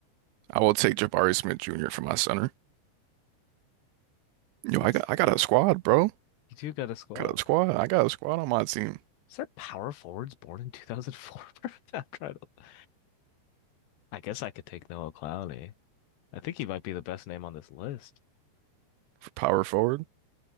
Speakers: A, on the right; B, on the left.
A: I will take Jabari Smith Jr. for my center. Yo,
B: That's
A: I got I got a squad, bro.
B: you do got a squad.
A: Got a squad. I got a squad on my team
B: Is there power forwards born in 2004? <laughs> I'm trying to. I guess I could take Noah Clowney. I think he might be the best name on this list.
A: for power forward